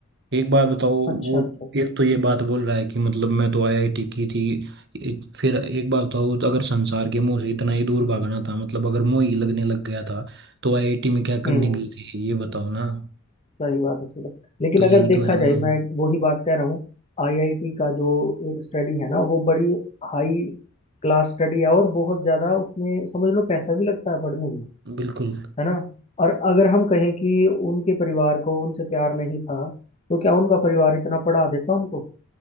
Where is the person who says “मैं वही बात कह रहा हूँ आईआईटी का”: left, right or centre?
Left